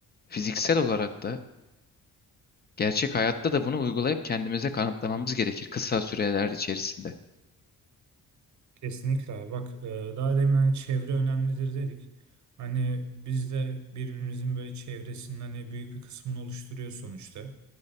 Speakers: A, on the left; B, on the right.
A: fiziksel olarak da Gerçek hayatta da bunu uygulayıp kendimize kanıtlamamız gerekir kısa süreler içerisinde.
B: Kesinlikle abi. Bak e, daha demin hani çevre önemlidir dedik. Hani biz de birbirimizin böyle çevresinin hani büyük bir kısmını oluşturuyor sonuçta.